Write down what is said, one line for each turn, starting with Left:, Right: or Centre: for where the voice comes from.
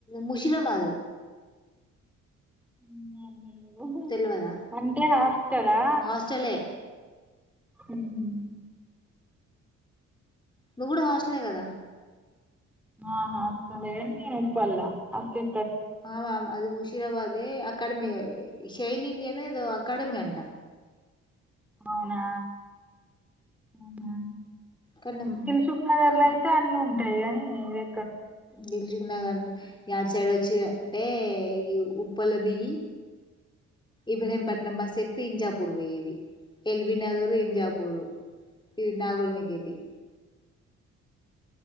Left: ముషిరాబాదు
Centre: <unintelligible>
Left: తెల్వదా
Centre: అంటే హాస్టలా
Left: హాస్టలే
Centre: మ్మ్ హ్మ్
Left: నువ్వు కూడా హాస్టలే కదా
Centre: ఆహా <unintelligible> అటే
Left: ఆమ్ ఆమ్ అది ముషీరాబాదే అ కాడమి షైన్ ఇండియానో ఏదో అకాడమీ అంట
Centre: అవునా అహా
Left: కానీ
Centre: దిల్ సుఖ్ నగర్లై తే అన్నీ ఉంటాయిగానీ ఇదే
Left: దిల్ శుఖ్ నగర్ యటు సైడ్ వ చ్చు అంటే ఈ ఉప్పల్లో దిగి ఇబ్రహీం పట్ నం బస్సు ఎక్కితే ఇంజాపూర్ వోయేది ఎల్ బి నగరు ఇంజాపూర్ ఈ నాగోల్మి కెల్లి